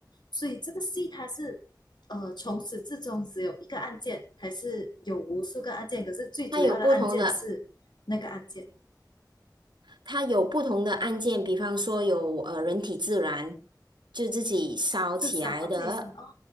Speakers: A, on the left; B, on the right.
A: 所以这个戏它是呃从始至终只有一个案件，还是有无数个案件？可是最主要的案件是那个案件，
B: 他有不同的，他有不同的案件，比方说有呃人体自燃，就自己烧起来的，
A: 自杀哦，自己杀哦，